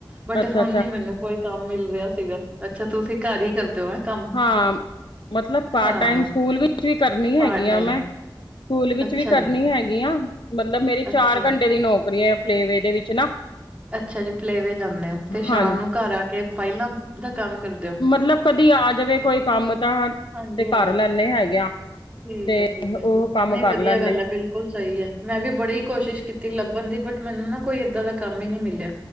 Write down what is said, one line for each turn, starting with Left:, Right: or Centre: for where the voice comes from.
Right: ਬਟ,
Left: ਅੱਛਾ
Right: ਹੁਣ ਨੀ ਮੈਨੂੰ ਕੋਈ ਕੰਮ ਮਿਲ ਰਿਹਾ ਸੀਗਾ। ਅੱਛਾ, ਤੁਸੀਂ ਘਰ ਹੀ ਕਰਦੇ ਓ ਐ ਕੰਮ?
Left: ਹਾਂ, ਮਤਲਬ ਪਾਰਟ
Right: ਹਾਂ
Left: ਟਾਈਮ ਸਕੂਲ ਵੀ ਵੀ ਕਰਨੀ ਹੈਗੀ
Right: ਪਾਰਟ
Left: ਆ,
Right: ਟਾਈਮ
Left: ਮੈਂ ਸਕੂਲ ਵਿੱਚ
Right: ਅੱਛਾ
Left: ਵੀ ਕਰਨੀ
Right: ਜੀ
Left: ਹੈਗੀ ਐਂ। ਮਤਲਬ ਮੇਰੇ
Right: ਅੱਛਾ
Left: ਚਾਰ ਘੰਟੇ ਡੇ ਦੀ ਨੌਕਰੀ ਹੈ, ਪਲੇਵੇ ਦੇ ਵਿੱਚ ਨਾ।
Right: ਅੱਛਾ ਜੀ, ਪਲੇਵੇ ਜਾਂਦੇ ਹੋ ਤੇ
Left: ਹਾਂਜੀ
Right: ਸ਼ਾਮ ਨੂੰ ਘਰ ਆ ਕੇ ਫਾਈਲਾਂ ਦਾ ਕੰਮ ਕਰਦੇ ਹੋ
Left: ਮਤਲਬ ਕਦੀ ਆ ਜਾਵੇ, ਕੋਈ ਕੰਮ ਤਾਂ
Right: ਹਾਂਜੀ-ਹਾਂਜੀ,
Left: ਤੇ ਕਰ ਲੈਣੇ ਹੈਗੇ ਆ।
Right: ਠੀਕ
Left: ਤੇ
Right: ਐ-ਠੀਕ ਐ।
Left: ਉਹ
Right: ਨਹੀਂ,
Left: ਕੰਮ ਕਰ
Right: ਵਧੀਆ
Left: ਲੈਂਦੇ
Right: ਗੱਲ ਐ, ਬਿਲਕੁਲ ਸਹੀ ਐ। ਮੈਂ ਵੀ ਬੜੀ ਕੋਸ਼ਿਸ਼ ਕੀਤੀ, ਲੱਭਣ ਦੀ ਬਟ ਮੈਨੂੰ ਨਾ ਕੋਈ, ਏਦਾਂ ਦਾ ਕੰਮ ਹੀ ਨੀ ਮਿਲਿਆ।